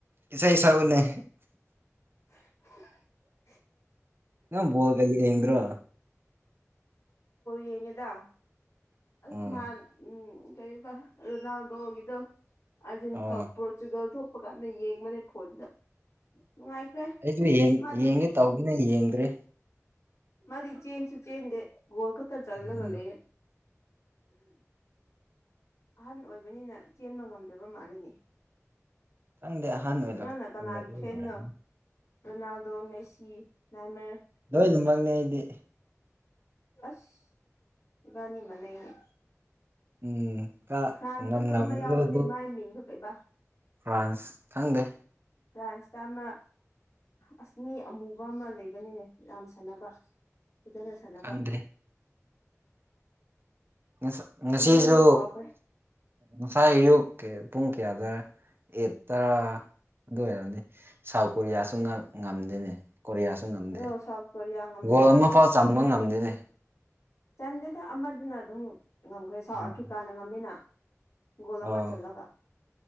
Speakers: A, on the right; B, on the left.
A: ꯏꯁꯩ ꯏꯁꯅꯦ
B: <inaudible>
A: ꯍ ꯅ ꯣꯜ ꯀ ꯌꯦꯗ꯭ꯔ
B: ꯩꯅꯗ ꯑꯁ
A: ꯎꯝ
B: ꯅꯥꯟ ꯎꯝ ꯀꯩꯕ ꯔꯣꯅꯥꯜꯗ ꯍꯒꯗꯣ
A: ꯑꯣ
B: ꯑ ꯄꯣꯣꯔꯆꯨꯒꯜ ꯊ ꯂꯄ ꯀꯥꯟꯗ ꯌꯦꯡꯕꯅꯦ ꯐꯣꯟꯗ ꯅꯨꯡꯉꯥꯏꯈ꯭ꯔꯦ
A: ꯑꯩꯁꯨ
B: ꯃꯥꯗꯤ
A: ꯌꯦꯡꯒꯦ ꯇꯧꯒꯦꯅ ꯌꯦꯡꯒ꯭ꯔꯦ
B: ꯃꯗꯤ ꯆ ꯆꯩꯁꯨ ꯆꯗꯦ ꯀꯣꯜꯀꯇꯥ ꯆꯜꯂꯒ
A: ꯎꯝ
B: ꯂꯩꯦ ꯑꯍꯟ ꯑꯣꯏꯕꯅꯤꯅ ꯆꯦꯟꯕ ꯉꯝꯗ꯭ꯔꯕ ꯃꯥꯜꯂꯤꯅꯦ
A: ꯈꯪꯗꯦ ꯑꯍꯟ ꯑꯣꯏꯔꯛ
B: ꯅꯪꯅ ꯀꯅꯥꯒꯤ
A: ꯑꯣꯏꯔꯛꯄ
B: ꯐ꯭ꯔꯦꯅꯣ
A: ꯑꯣꯏꯔꯝꯅꯤ
B: ꯔꯣꯅꯥꯜꯗꯣ ꯃꯦꯁꯤ ꯃꯥꯃ
A: ꯂꯣꯏ ꯑꯗꯨꯝꯃꯛꯪꯅꯤ ꯑꯩꯗꯤ
B: ꯑꯁ ꯔꯅꯤ ꯃꯅꯏꯅꯦ
A: ꯎꯝ ꯀ
B: ꯐ꯭ꯔꯥꯟꯁꯇꯁꯨ
A: ꯉꯝ ꯉꯝꯕꯗꯣ
B: ꯑꯃ ꯌꯥꯎꯕꯅꯦ
A: ꯑꯗꯨ
B: ꯃꯥꯏ ꯃꯤꯡꯗꯣ ꯩꯕ
A: ꯐ꯭ꯔꯥꯟꯁ ꯈꯪꯗꯦ
B: ꯐ꯭ꯔꯥꯟꯁꯇ ꯑꯃ ꯑꯁꯅꯤ ꯑꯃꯨꯕ ꯑꯃ ꯂꯩꯕꯅꯤꯅꯦ ꯌꯥꯝ ꯁꯥꯟꯅꯕ ꯐꯖꯅ ꯁꯥꯟꯅꯕ
A: ꯈꯪꯗꯦ ꯉ
B: ꯑꯁ
A: ꯉꯁꯤꯁꯨ
B: ꯃꯃꯤꯡꯗꯣ ꯀꯥꯎꯈ꯭ꯔꯦ
A: ꯉꯁꯥꯏ ꯑꯌ ꯄꯨꯡ ꯀꯌꯥꯗ ꯑꯦꯠ ꯇꯔꯥ ꯑꯗꯨ ꯑꯣꯏꯔꯕꯗꯤ ꯁꯥꯎꯠ ꯀꯣꯔꯤꯌꯥꯁꯨ ꯉꯝꯗꯦꯅꯦ ꯀꯣꯔꯤꯌꯥꯁꯨ ꯉꯝꯗꯦ
B: ꯑꯗꯣ ꯁꯥꯎꯠ ꯀꯣꯔꯤꯌꯥ ꯉꯝꯗ꯭ꯔꯦ
A: ꯒꯣꯜ ꯑꯃꯐꯥꯎ ꯆꯪꯝꯕ ꯉꯝꯗꯦꯅꯦ
B: ꯆꯟꯗꯦꯗ ꯑꯃꯗꯨꯅ ꯑꯗꯨꯝ ꯉꯝꯈ꯭ꯔꯦ ꯁꯥꯎꯠ
A: ꯎꯝ
B: ꯑꯐ꯭ꯔꯤꯀꯥꯅ ꯉꯝꯃꯤꯅ ꯣꯂꯝꯕ
A: ꯑꯥꯎ
B: ꯆꯜꯂꯒ